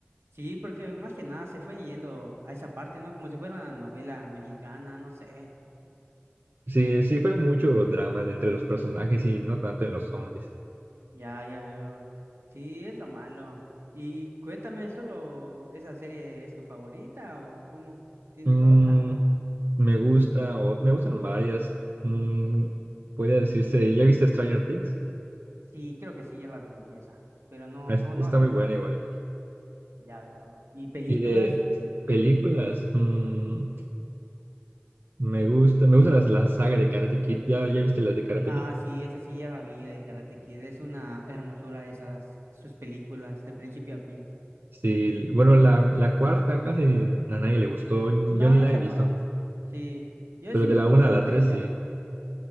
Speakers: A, on the right (about 80°); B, on the right (about 55°).
A: Sí, porque más que nada se fue yendo a esa parte, ¿no? Como si fuera una novela mexicana, no sé.
B: Sí, sí fue mucho drama de entre los personajes y no tanto en los zombies.
A: Ya, ya veo. Sí, es lo malo. Y cuéntame, ¿solo esa serie es tu favorita o cómo? ¿Tienes
B: Mm,
A: otra?
B: me gusta, o me gustan varias. Mm, podría decirse, ¿ya viste Stranger Things?
A: Sí, creo que sí, ya la vi esa, pero no,
B: Es-
A: no, no
B: Está
A: terminé,
B: muy buena igual.
A: ya veo. Y películas,
B: Y de películas, mm, me gusta, me gusta las, la saga de Karate Kid. ¿Ya, ya viste las de Karate
A: ah,
B: Kid?
A: sí, esa sí ya la vi de Karate Kid, es una hermosura esas, sus películas, de principio a fin.
B: Sí, bueno, la, la cuarta casi a nadie le gustó, yo
A: No,
B: ni
A: no,
B: la
A: esa
B: he
A: no,
B: visto,
A: sí, yo
B: pero
A: sí vi
B: de la
A: todas,
B: una a la
A: de
B: tres
A: hecho.
B: sí.